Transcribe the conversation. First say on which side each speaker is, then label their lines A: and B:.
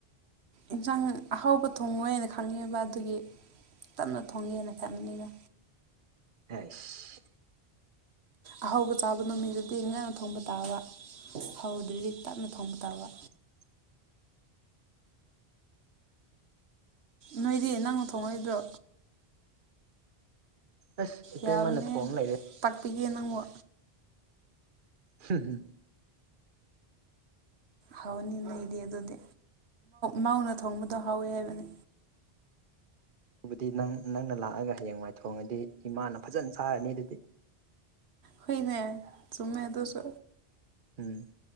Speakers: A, on the right; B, on the right.
A: ꯏꯟꯁꯥꯡ ꯑꯍꯥꯎꯕ ꯊꯣꯡꯉꯣꯏ ꯍꯥꯏꯅ ꯈꯪꯉꯕ ꯑꯗꯨꯒꯤ ꯇꯞꯅ ꯊꯣꯡꯉꯦꯅ ꯈꯟꯕꯅꯤꯗ
B: ꯑꯁ
A: ꯑꯍꯥꯎꯕ ꯆꯥꯕ ꯅꯨꯃꯤꯠꯗꯨꯗꯤ ꯉꯥꯡꯅ ꯊꯣꯡꯕ ꯇꯥꯕ ꯍꯧꯗ꯭꯭ꯔꯗꯤ ꯇꯞꯅ ꯊꯣꯡꯕ ꯇꯥꯕ
B: <inaudible>
A: ꯅꯣꯏꯗꯤ ꯅꯪꯅ ꯊꯣꯡꯉꯣꯏꯕ꯭ꯔꯣ
B: ꯑꯁ ꯏꯇꯩꯃꯅ
A: ꯌꯥꯕꯅꯦꯍꯦ
B: ꯊꯣꯡ ꯂꯩꯔꯦ
A: ꯇꯥꯛꯄꯤꯛꯄꯤꯒꯦ ꯅꯪꯕꯣ
B: ꯍꯨꯝ ꯍꯨꯝ
A: ꯍꯥꯎꯅꯤ ꯅꯣꯢꯗꯤ ꯑꯗꯨꯗꯤ ꯃꯧꯅ ꯊꯣꯡꯕꯗꯣ ꯍꯥꯎꯋꯦ ꯍꯥꯏꯕꯅꯦ
B: <inaudible> ꯑꯗꯨꯕꯨꯗꯤ ꯅꯪ ꯅꯪꯅ ꯂꯥꯛꯑꯒ ꯍꯌꯦꯡꯋꯥꯏ ꯊꯣꯡꯉꯗꯤ ꯏꯃꯥꯅ ꯐꯖꯅ ꯆꯥꯔꯅꯤ ꯑꯗꯨꯗꯤ
A: ꯍꯣꯏꯅꯦ ꯆꯨꯝꯃꯦ ꯑꯗꯨꯁꯨ
B: ꯎꯝ